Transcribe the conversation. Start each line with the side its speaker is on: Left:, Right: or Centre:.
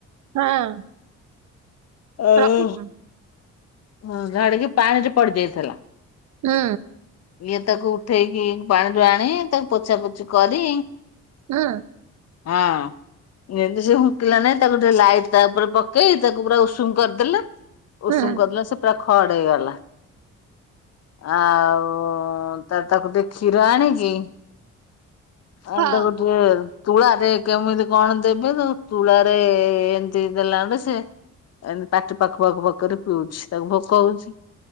Right: ହଁ।
Left: ଓହୋ।
Right: ରଖିଛି ବା,
Left: ହଁ ଧାଡିକି ପାଣିରେ ପଡି ଯାଇଥିଲା।
Right: ହୁଁ।
Left: ଇଏ ତାକୁ ଉଠେଇକି ପାଣିରୁ ଆଣି ତାକୁ ପୋଛା ପୋଛି କରି
Right: ହୁଁ।
Left: ହଁ। ଯେମିତି ସେ ହୁକିଲା ନାଇଁ ତାକୁ ଟିକେ ଲାଇଟ୍ ତା ଉପରେ ପକେଇ ତାକୁ ପୁରା ଉଷୁମ କରିଦେଲେ, ଉଷୁମ
Right: ହୁଁ
Left: କରିଦେଲା ପୁରା ଖଡ ହେଇଗଲା। ଆଉ ତା ତାକୁ ଦେଖ କ୍ଷୀର ଆଣିକି ଏ
Right: ହଁ
Left: ତ ଗୋଟେ ତୁଳାରେ କେମିତି କଣ ଦେବେ ତ ତୁଳାରେ ଏମିତି ଦେଲାରୁ ସେ ଏମତି ପାଟି ପାକୁ ପାକୁ କରି ପିଉଛି। ତାକୁ ଭୋକ ହଉଛି